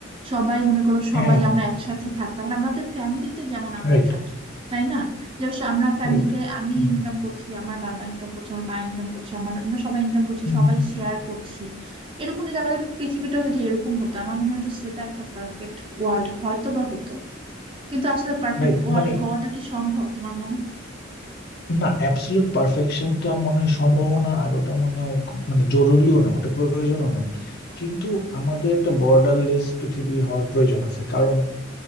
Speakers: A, on the right (about 25°); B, on the left (about 55°).
A: সবাই মনে করো সবাই
B: হ্যাঁ
A: আমরা একসাথে থাকতাম মানে আমাদের ফ্যামিলিতে যেমন আমরা
B: Right
A: থাকি তাই না যেমন সে- আমরা ফ্যামিলিতে
B: right
A: আমি
B: Hmm
A: ইনকাম করছি আমার বাবা ইনকাম করছে আমার মা ইনকাম করছে আমার আমরা সবাই ইনকাম করছি
B: hmm
A: সবাই শেয়ার করছি এরকম যদি আমাদের পৃথিবীটাও যদি এরকম হতো আমার মনে হয় যে সেটা একটা পারফেক্ট ওয়ার্ল্ড হয়তো বা হতো কিন্তু আসলে পারফেক্ট
B: Right
A: ওয়ার্ল্ড
B: মানে
A: হওয়াটা কি সম্ভব তোমার মনে হয়
B: না অ্যাবসলিউট পারফেকশনটা মনে হয় সম্ভবও না আর ওটা মনে হয় খুব মানে জরুরিও না ওটা প্রয়োজনও নাই কিন্তু আমাদের একটা বর্ডারলেস পৃথিবী হওয়ার প্রয়োজন আছে কারণ